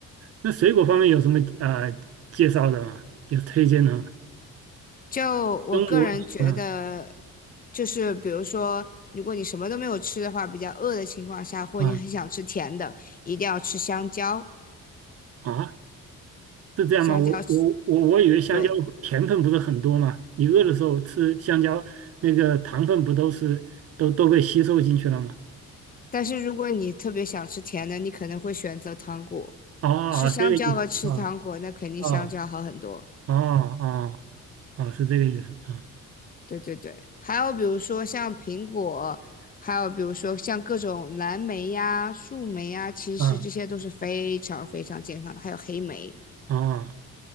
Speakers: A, on the right; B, on the left.
A: 那水果方面有什么啊、呃介绍的吗？有推荐的吗？
B: 就我个人觉得，
A: 中国，嗯
B: 就是比如说，如果你什么都没有吃的话，比较饿的情况下，或者你很想吃甜的，
A: 啊
B: 一定要吃香蕉。
A: 啊，是这样吗？
B: 香蕉是
A: 我我我我以为香蕉甜分不是很多嘛，
B: 对。
A: 你饿的时候吃香蕉，那个糖分不都是都都被吸收进去了吗？
B: 但是如果你特别想吃甜的，你可能会选择糖果。
A: 哦，
B: 吃香蕉和吃糖果，
A: 这个意思，啊
B: 那肯定香蕉好很多。
A: 哦哦哦哦，是这个意思，啊
B: 对对对，还有比如说像苹果，还有比如说像各种蓝莓呀、树莓呀，其实这些都是非常非常健康的。
A: 啊
B: 还有黑莓，
A: 哦。